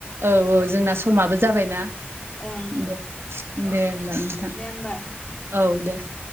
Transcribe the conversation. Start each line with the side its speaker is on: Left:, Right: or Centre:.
Right: औ औ जोंना समाबो जाबायना
Left: ओं
Right: दे दे होमबा नोंथां
Left: दे होमबा
Right: औ दे <inaudible>